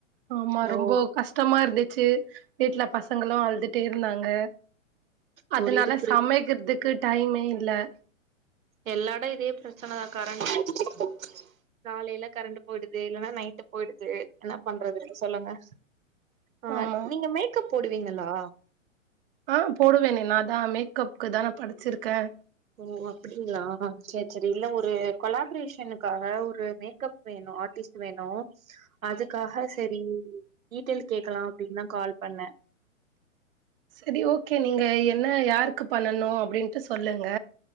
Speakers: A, on the right; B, on the right.
A: ஆமா
B: ஓ
A: ரொம்போ கஷ்டமா இருந்துச்சு வீட்ல பசங் பசங்களூம் அழுதுட்டே இருந்தாங்க
B: புரியுது
A: அதுனால
B: புரியுது
A: சமைக்கிறதுக்கு டைமே இல்ல இல்ல
B: எல்லாடம் இதே பிரச்சனதான் கரண்ட் <inaudible> காலைல கரண்ட் போய்டுது இல்லன்னா நைட்டு போய்டுது என்ன பண்றது சொல்லுங்க ஆஹ்
A: ஆமா
B: நீங்க மேக்கப் போடுவீங்களா
A: ஆஹ் போடுவேனெ நான் தான் மேக்கப்கு தான் நான் படிச்சிருக்கேன்
B: ஓ அப்படிங்களா செரி செரி இல்ல ஒரு கொலாபரேஷனுக்காக ஒரு மேக்கப் வேணும் ஆர்ட்டிஸ்ட் வேணும் அதுக்காக செரி டீடெயில் கேக்கலாம் அப்படின்னு தான் கால் பண்ணன்
A: செரி ஓகே நீங்க என்ன யாரு க்கு பண்ணணும் அப்படின்ட்டு சொல்லுங்க